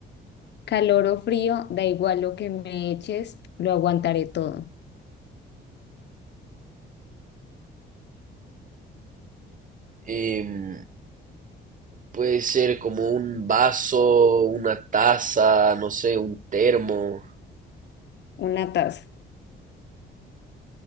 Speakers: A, on the left; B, on the right.
A: calor o frío, da igual lo que me eches, lo aguantaré todo.
B: Em, puede ser como un vaso, una taza, no sé, un termo.
A: Una taza,